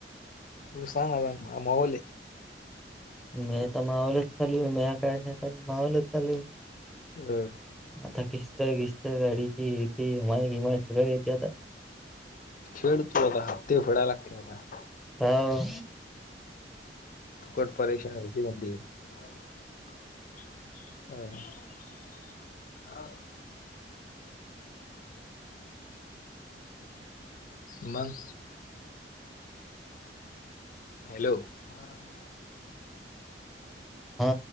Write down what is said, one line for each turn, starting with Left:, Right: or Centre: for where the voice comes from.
Left: हो, सहा ना मावले <unintelligible>
Centre: मी तर मावले <unintelligible> पण मी काय नाही चाल मावले सगळे <unintelligible>
Left: हम्.
Centre: आता खिस्त खिस्त गाडीची येते हमाई गिमाय सगळ येते आता <unintelligible>
Left: फेड तु, आता हाप्ते फेडाय लागते, आता.
Centre: हाव
Left: फुकट परेशान <unintelligible> हं. <unintelligible> <inaudible> <inaudible> मंग? हॅलो? हा.
Centre: आ.